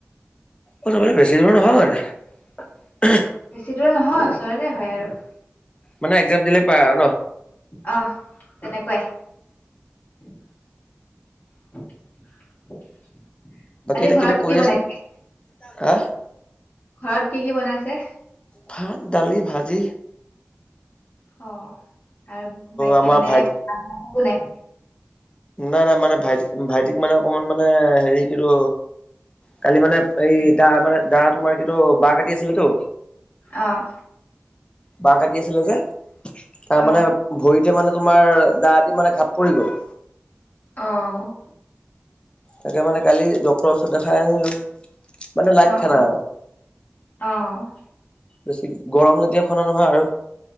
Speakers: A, on the left (about 25°); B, on the left (about 45°).
A: অ' তাৰমানে বেছি দূৰ নহয় মানে
B: বেছি দূৰ নহয় ওচৰতে হয় আৰু
A: মানে একজাপ দিলে পায় আৰু নহ
B: আহ তেনেকুৱাই <inaudible>
A: বাকী
B: আজি
A: এতিয়া
B: ঘৰত
A: কিবা কৰি
B: কি
A: আছা,
B: বনাইছে-
A: হা
B: ঘৰত কি কি বনাইছে
A: ভাত দালি ভাজি
B: অ' আৰু বাকী
A: আমাৰ
B: মানে
A: ভাইটি
B: একো নাই
A: নাই নাই ভাইটি অকমান মানে হেৰি কিন্তু কালি মানে এই দা মানে দা তোমাৰ কিতো বাহ কাটি আছিল তো
B: অ'
A: বাহ কাটি আছিলে যে তাৰ
B: অ'।
A: মানে ভৰিতে মানে তোমাৰ দা দি মানে ঘাপ পৰি গল
B: অ'
A: তাকে মানে কালি ডক্টৰ ওচৰত দেখাই আহিলোঁ মানে লাইট
B: অ',
A: খানা
B: অ',
A: আৰু
B: অ',
A: বেছি গৰম জাতীয় খানা নহয় আৰু